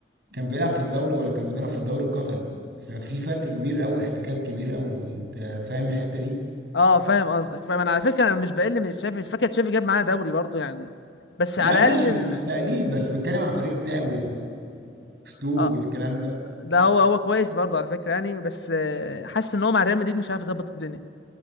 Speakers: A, on the right; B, on the left.
A: كان بيلعب في الدوري ولا كان بيدرب في الدوري القطري ففي فرق كبير قوي احتكاك كبير قوي انت فاهم الحتة دي
B: اه فاهم قصدك فاهم انا على فكره انا مش بقل من تشافي مش فاكر تشافي جاب معانا دوري برضه يعني بس
A: لا
B: على
A: ماشي
B: الاقل
A: مش تقليل بس بتكلم عن طريقة لعب واسلوب والكلام
B: اه
A: ده
B: ده هو هو كويس برضه على فكره يعني بس آه، حاسس ان هو مع ريال مدريد مش عارف يظبط الدنيا